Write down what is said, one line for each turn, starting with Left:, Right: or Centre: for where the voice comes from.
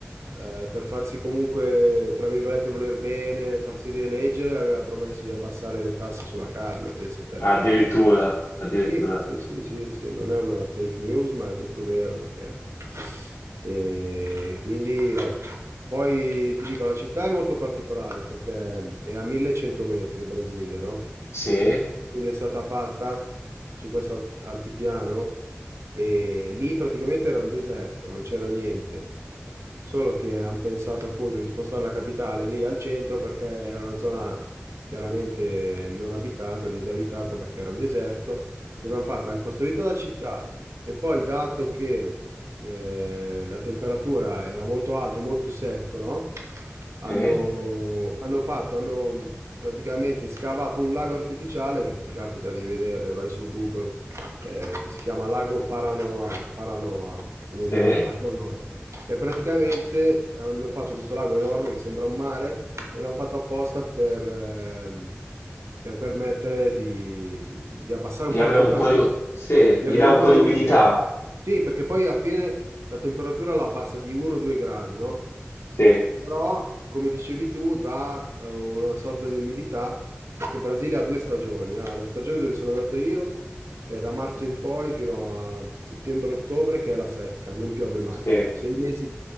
Right: eh, per farsi comunque, tra virgolette, voler bene, farsi rieleggere, aveva promesso di abbassare le tasse sulla carne, pensa te.
Left: Addirittura, addirittura.
Right: Sì, sì, sì, sì, sì, non è una fake news, ma è proprio vero perché... E quindi, vabbè. Poi ti dico, la città è molto particolare perché è a 1100 metri, Brasilia, no?
Left: Sì,
Right: Quindi è stata fatta su questo alt- altipiano e lì praticamente era un deserto, non c'era niente. Solo che hanno pensato appunto di spostare la capitale lì al centro perché era una zona chiaramente non abitata, disabitata perché era un deserto cosa hanno fatto? Hanno costruito la città e poi, dato che eh, la temperatura era molto alta, molto secco, no? Hanno,
Left: sì,
Right: hanno fatto, hanno praticamente scavato un lago artificiale che se ti capita di vedere, vai su Google, eh, si chiama Lago Paranoa, Paranoa, come
Left: sì.
Right: dire Paranoa. E praticamente hanno fatto questo lago enorme che sembra un mare e l'hanno fatto apposta per, ehm, per permettere di, di abbassare
Left: Gli
Right: un po'
Left: dà
Right: la temperatura,
Left: un po' di, sì,
Right: di
Left: gli
Right: avere
Left: dà un
Right: un
Left: po'
Right: po' di
Left: di
Right: umidità.
Left: umidità.
Right: Sì, perché poi alla fine la temperatura la abbassa di 1-2 gradi, no?
Left: Sì,
Right: Però, come dicevi tu, dà eh, una sorta di umidità, perché Brasile ha due stagioni. Ha la stagione dove sono andato io, che è da marzo in poi fino a settembre-ottobre, che è la secca, non piove mai.
Left: sì.
Right: Sei mesi